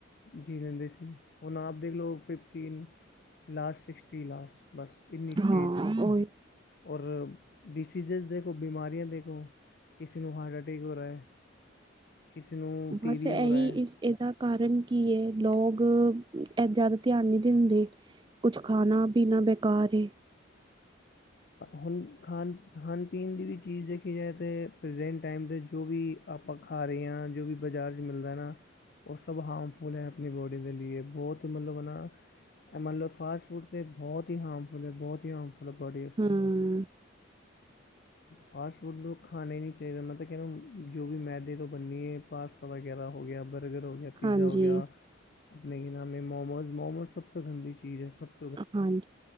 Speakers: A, on the left (about 50°); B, on the right (about 25°).
A: ਜੀਅ ਲੇਂਦੇ ਸੀ, ਹੁਣ ਆਪ ਦੇਖ ਲੋ ਫਿਫਟੀਨ ਲਾਸਟ, ਸਿਕਸਟੀ ਲਾਸਟ ਬਸ ਇਨੀਂ ਸਟੇਜ
B: ਹਾਂ ਉਹੀ
A: ਔਰ ਡਿਸੀਜ਼ਜ਼ ਦੇਖੋ, ਬਿਮਾਰੀਆਂ ਦੇਖੋ ਕਿਸੇ ਨੂੰ ਹਾਰਟ ਅਟੈਕ ਹੋ ਰਾ ਐ। ਕਿਸੇ ਨੂੰ ਟੀ
B: ਬਸ
A: ਵੀ
B: ਇਹੀ
A: ਹੋ ਰਾ ਐ।
B: ਇਸ ਇਹਦਾ ਕਾਰਨ ਕੀ ਐ ਲੋਗ ਇਹ ਜਿਆਦਾ ਧਿਆਨ ਨੀਂ ਦਿੰਦੇ। ਕੁੱਛ ਖਾਣਾ-ਪੀਨਾ ਬੇਕਾਰ ਏ।
A: ਹੁਣ ਖਾਣ, ਖਾਣ-ਪੀਣ ਦੀ ਵੀ ਚੀਜ਼ ਦੇਖੀ ਜਾਏ ਤੇ ਪ੍ਰਜੈਂਟ ਟਾਈਮ ਦੇ ਜੋ ਵੀ ਆਪਾਂ ਖਾ ਰੇ ਆਂ ਜੋ ਵੀ ਬਾਜ਼ਾਰ ਚ ਮਿਲਦਾ ਨਾ ਉਹ ਸਭ ਹਾਰਮਫੁਲ ਹੈ ਆਪਣੀ ਬੋਡੀ ਦੇ ਲਈ ਏ ਬੋਤ ਮਤਲਬ ਨਾ ਮੰਨ ਲਓ ਫਾਸਟ ਫੂਡ ਤੇ ਬਹੁਤ ਹੀ ਹਾਰਮਫੁਲ ਐ, ਬਹੁਤ ਹੀ ਹਾਰਮਫੁਲ ਫੁਲ ਬੋਡੀ ਵਾਸਤੇ
B: ਹਮ
A: ਫਾਸਟ ਫੂਡ ਖਾਣਾ ਈ ਨ੍ਹੀਂ ਚਾਈਦਾ। ਮੈਂ ਤੇ ਕੈਅ ਰੈ ਜੋ ਵੀ ਮੈਦੇ ਤੋ ਬੰਨੀ ਏ, ਪਾਸਤਾ ਵਗੈਰਾ ਹੋ ਗਿਆ, ਬਰਗਰ ਹੋ ਗਿਆ ਪੀਜ਼ਾ
B: ਹਾਂਜੀ
A: ਹੋ ਗਿਆ ਆਪਣੇ ਕੀ ਨਾਮ ਐ! ਮੋਮੋਜ਼, ਮੋਮੋਜ਼ ਸਭ ਤੋਂ ਗੰਦੀ ਚੀਜ ਐ ਸਭ ਤੋ
B: ਹਾਂਜੀ